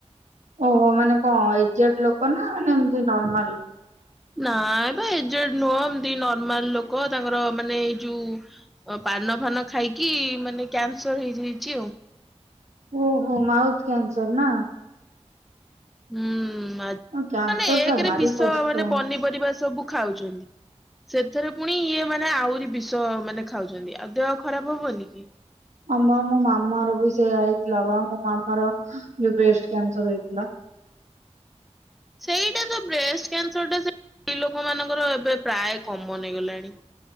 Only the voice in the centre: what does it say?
ନାଁ ବେ ଏ ଜେଡ ନୁହେଁ, ଏମିତି ନିର୍ ନରମାଲ ଲୋକ ତାଙ୍କର ମାନେ ଏଇ ଯୋଉ ପାନ ଫାନ ଖାଇକି ମାନେ କ୍ୟାନସର ହେଇ ହେଇଛି ଆଉ।
ହୁଁ ଆ
ମାନେ ଏକରେ
ବିଷ
ମାନେ ପନିପରିବା ସବୁ। ଖାଉଛନ୍ତି? ସେଥିରେ ପୁଣି ଇଏ ମାନେ ଆହୁରି ବିଷ ମାନେ ଖାଉଛନ୍ତି ଆଉ ଦେହ ଖରାପ ହବନି କି?
ଏଇଟା ତ ବ୍ରେଷ୍ଟ କ୍ୟାନସର ଟା ସେ। ସ୍ତ୍ରୀ ଲୋକ ମାନଙ୍କର ଏବେ ପ୍ରାୟ କମନ୍ ହେଇଗଲାଣି।